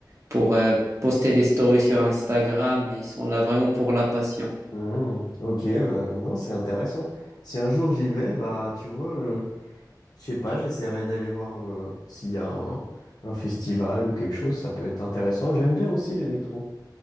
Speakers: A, on the right (about 40°); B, on the left (about 55°).
A: pour euh, poster des stories sur Instagram, mais ils sont là vraiment pour la passion.
B: Mhm. Ok, bah, non, c'est intéressant. Si un jour j'y vais, bah tu vois. euh, Je sais pas, j'essaierai d'aller voir euh, s'il y a un, un festival ou quelque chose, ça peut être intéressant. J'aime bien aussi l'électro.